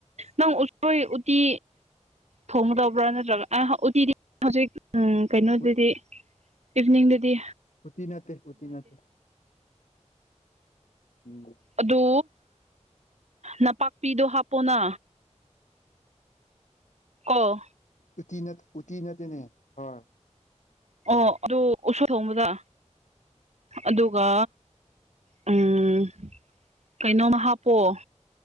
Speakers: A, on the right (about 65°); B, on the left (about 75°).
A: ꯅꯪ ꯎꯁꯣꯏ ꯎꯇꯤ ꯊꯣꯡꯉꯗꯕ꯭ꯔꯥ ꯅꯠꯇ꯭ꯔꯒ ꯑꯗꯤ ꯍꯧꯖꯤꯛ ꯎꯝ ꯀꯩꯅꯣꯗꯗꯤ
B: ꯎꯠ
A: ꯏꯚꯅꯤꯡꯗꯗꯤ
B: ꯎꯇ ꯅꯠꯇꯦ ꯍꯧꯇ ꯅꯠꯇꯦ ꯎꯝ
A: ꯑꯗꯨ ꯅꯄꯥꯛꯄꯤꯗꯣ ꯍꯥꯞꯄꯣꯅ ꯑꯥ
B: ꯎꯇꯤ ꯎꯇꯤ ꯅꯠꯇꯦꯅꯦ ꯍꯣꯏ
A: ꯑꯣ ꯑꯗꯨ ꯎꯁꯥ ꯊꯣꯡꯕꯗ ꯑꯗꯨꯒ ꯎꯝ ꯀꯩꯅꯣꯃ ꯍꯥꯞꯄꯣꯑꯣ